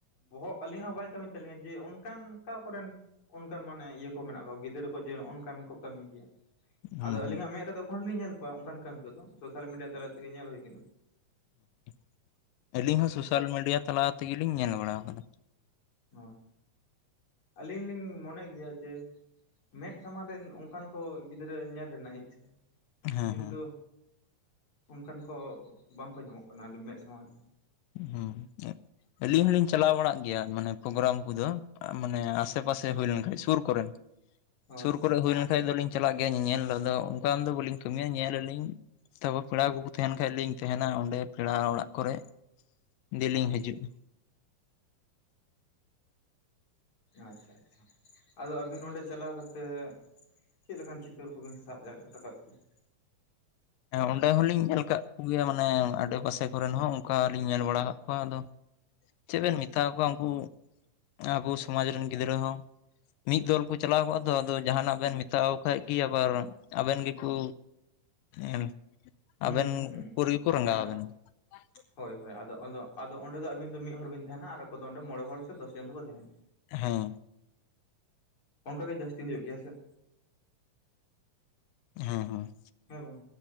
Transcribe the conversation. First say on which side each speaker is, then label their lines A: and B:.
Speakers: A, on the left; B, on the left.
A: ᱵᱚᱦᱚᱜ ᱟᱹᱞᱤᱧᱟᱜ ᱦᱚᱸ ᱵᱟᱭ ᱠᱟᱹᱢᱤ ᱛᱟᱞᱤᱧᱟ ᱡᱮ ᱚᱱᱠᱟᱱ ᱚᱠᱟ ᱠᱚᱨᱮᱱ ᱚᱱᱠᱟᱱ ᱢᱟᱱᱮ ᱤᱭᱟᱹ ᱠᱚ ᱢᱮᱱᱟᱜ ᱠᱚᱣᱟ ᱾ ᱜᱤᱫᱽᱨᱟᱹ ᱠᱚ ᱡᱮ ᱚᱼᱱᱚᱱᱠᱟᱱ ᱠᱚ ᱠᱟᱹᱢᱤ ᱜᱮᱭᱟ,
B: ᱦᱩᱸ
A: ᱟᱫᱚ ᱟᱹᱞᱤᱧᱟᱜ
B: ᱦᱩᱸ
A: ᱢᱮᱫ ᱨᱮᱫᱚ ᱮᱠᱷᱚᱱ ᱦᱚᱸᱞᱤᱧ ᱧᱮᱞ ᱠᱚᱣᱟᱜ ᱚᱱᱠᱟᱱ ᱠᱟᱹᱢᱤ ᱠᱚ ᱫᱚ ᱥᱳᱥᱟᱞ ᱢᱤᱰᱤᱭᱟ ᱛᱟᱞᱟ ᱛᱮᱜᱮ ᱧᱮᱞ ᱦᱩᱭ ᱠᱟᱱᱟ ᱾
B: <inaudible> ᱟᱹᱞᱤᱧ ᱦᱚᱸ ᱥᱳᱥᱟᱞ ᱢᱤᱰᱤᱭᱟ ᱛᱟᱞᱟ ᱛᱮᱜᱮᱞᱤᱧ ᱧᱮᱞ ᱵᱟᱲᱟ ᱠᱟᱫᱟ ᱾
A: ᱦᱳᱭ, ᱟᱹᱞᱤᱧ ᱞᱤᱧ ᱢᱚᱱᱮ ᱜᱮᱭᱟ ᱡᱮ ᱢᱮᱫ ᱥᱟᱢᱟᱝ ᱨᱮ ᱚᱱᱠᱟᱱ ᱠᱚ ᱜᱤᱫᱽᱨᱟᱹ ᱧᱮᱞ ᱨᱮᱱᱟᱜ ᱤᱪᱪᱷᱟᱹ ᱾
B: ᱦᱮᱸ
A: ᱠᱤᱱᱛᱩ
B: ᱦᱮᱸ
A: ᱚᱱᱠᱟᱱ ᱠᱚ ᱵᱟᱝᱠᱚ ᱧᱟᱢᱚᱜ ᱠᱟᱱᱟ ᱢᱮᱫ ᱥᱟᱢᱟᱝ ᱨᱮ ᱾
B: <inaudible> ᱟᱹᱞᱤᱧ ᱦᱚᱞᱤᱧ ᱪᱟᱞᱟᱣ ᱵᱟᱲᱟᱜ ᱜᱮᱭᱟ ᱢᱟᱱᱮ ᱯᱨᱳᱜᱨᱟᱢ ᱠᱚᱫᱚ ᱾ ᱢᱟᱱᱮ ᱟᱥᱮ
A: ᱟᱪᱪᱷᱟ
B: ᱯᱟᱥᱮ ᱦᱩᱭ ᱞᱮᱱᱠᱷᱟᱡ ᱥᱩᱨ ᱠᱚᱨᱮᱱ
A: ᱦᱳᱭ
B: ᱥᱩᱨ
A: ᱦᱳᱭ
B: ᱠᱚᱨᱮ ᱦᱩᱭ ᱞᱮᱱᱠᱷᱟᱡ ᱫᱚᱞᱤᱧ ᱪᱟᱞᱟᱜ ᱜᱮᱭᱟ ᱧᱮᱧᱮᱞ ᱫᱚ ᱚᱱᱠᱟ ᱫᱚ ᱵᱟᱞᱤᱧ ᱠᱟᱹᱢᱤᱭᱟ ᱧᱮᱞ ᱟᱹᱞᱤᱧ ᱛᱟᱯᱚ ᱯᱮᱲᱟ ᱠᱚᱠᱚ ᱛᱟᱦᱮᱱ ᱠᱷᱟᱡ ᱞᱤᱧ ᱛᱟᱦᱮᱱᱟ ᱚᱸᱰᱮ ᱯᱮᱲᱟ ᱚᱲᱟᱜ ᱠᱚᱨᱮ ᱫᱮᱞᱤᱧ
A: ᱟᱪᱪᱷᱟ ᱟᱪᱪᱷᱟ
B: ᱦᱤᱡᱩᱜᱼᱟ ᱾
A: ᱟᱪᱪᱷᱟ ᱟᱪᱪᱷᱟ ᱟᱫᱚ ᱟᱹᱵᱤᱱ ᱚᱸᱰᱮ ᱪᱟᱞᱟᱣ ᱠᱟᱛᱮᱫ ᱪᱮᱜ ᱞᱮᱠᱟᱱ ᱪᱤᱛᱟᱹᱨ ᱠᱚᱵᱤᱱ ᱥᱟᱜ ᱡᱟᱜ ᱨᱟᱠᱟᱵ ᱠᱮᱫᱟ?
B: ᱦᱮᱸ ᱚᱸᱰᱮ ᱦᱚᱞᱤᱧ ᱧᱮᱞ ᱠᱟᱜ ᱠᱚᱜᱮᱭᱟ ᱢᱟᱱᱮ ᱟᱰᱮᱯᱟᱥᱮ ᱠᱚᱨᱮᱱ ᱦᱚᱸ ᱚᱱᱠᱟ ᱞᱤᱧ ᱧᱮᱞ ᱵᱟᱲᱟ ᱠᱟᱜ ᱠᱚᱣᱟ ᱟᱫᱚ ᱾ ᱪᱮᱜ ᱵᱮᱱ ᱢᱮᱛᱟ ᱠᱚᱣᱟ ᱩᱱᱠᱩ ᱟᱵᱩ ᱥᱚᱢᱟᱡ ᱨᱮᱱ ᱜᱤᱫᱽᱨᱟᱹ ᱦᱚᱸ ᱾ ᱢᱤᱜ ᱫᱚᱞ ᱠᱚ ᱪᱟᱞᱟᱣ ᱠᱚᱜᱼᱟ ᱫᱚ ᱟᱫᱚ ᱡᱟᱦᱱᱟᱜ ᱵᱮᱱ ᱢᱮᱛᱟᱣ ᱠᱷᱟᱡ ᱠᱤ ᱟᱵᱟᱨ ᱟᱵᱮᱱ ᱜᱮᱠᱩ ᱮᱢ
A: ᱦᱩᱸ
B: ᱟᱵᱮᱱ
A: ᱦᱩᱸ ᱦᱩᱸ
B: ᱩᱯᱳᱨᱤ ᱜᱮᱠᱚ ᱨᱟᱸᱜᱟᱣ
A: ᱦᱮᱸ
B: ᱟᱵᱮᱱᱟ ᱾ <inaudible>
A: ᱦᱳᱭ ᱦᱳᱭ ᱟᱫᱚ ᱟᱫᱚ ᱚᱸᱰᱮ ᱫᱚ ᱟᱵᱤᱱ ᱫᱚ ᱢᱤᱫ ᱦᱚᱲ ᱵᱤᱱ ᱛᱟᱦᱮᱱᱟ ᱟᱨ ᱟᱠ ᱫᱚ ᱚᱸᱰᱮ ᱢᱚᱬᱮ ᱦᱚᱲ ᱥᱮ ᱫᱚᱥ ᱡᱚᱱ ᱫᱚᱠᱚ ᱛᱟᱦᱮᱱᱟ᱾
B: ᱦᱮᱸ᱾
A: ᱚᱱᱠᱟ ᱜᱮ ᱡᱟᱹᱥᱛᱤ ᱦᱩᱭᱩᱜ ᱜᱮᱭᱟ ᱥᱮ?
B: ᱦᱩᱸ ᱦᱩᱸ,
A: ᱦᱮᱸ ᱵᱟᱝ